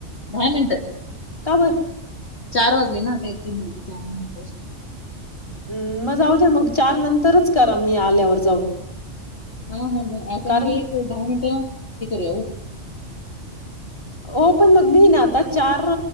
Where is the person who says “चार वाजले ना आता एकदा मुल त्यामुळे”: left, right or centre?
Left